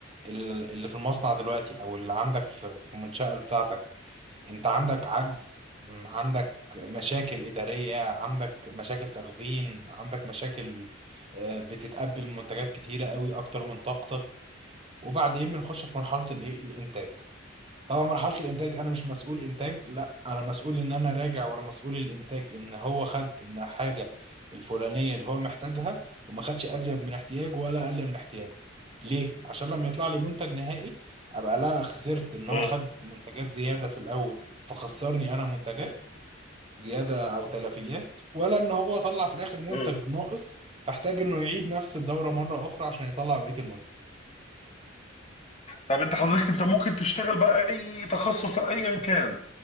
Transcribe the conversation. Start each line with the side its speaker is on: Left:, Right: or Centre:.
Right: ال- اللي في المصنع دلوقتي او اللي عندك في في المنشأة بتاعتك انت عندك عجز م، عندك مشاكل إدارية عندك مشاكل تخزين عندك مشاكل آه، بتتقبل منتجات كتيرة قوي اكتر من طاقتك وبعدين بنخش في مرحلة الايه الانتاج طبعا مرحلة الإنتاج أنا مش مسؤول إنتاج لا أنا مسؤول إن أنا راجع ورا مسؤول الإنتاج إن هو خد الحاجة الفلانية اللي هو محتاجها وما خدش أزيد من احتياجه ولا أقل من احتياجه ليه؟ عشان لما يطلع لي منتج نهائي أبقى لا خسرت إن هو
Left: مم.
Right: خد منتجات زيادة في الأول فخسرني أنا منتجات زيادة أو تلفيات ولا إن هو طلع في الآخر منتج
Left: مم.
Right: ناقص فاحتاج إنه يعيد نفس الدورة مرة أخرى عشان يطلع بقية المنتج
Left: طب انت حضرتك انت ممكن تشتغل بقى اي تخصص ايا كان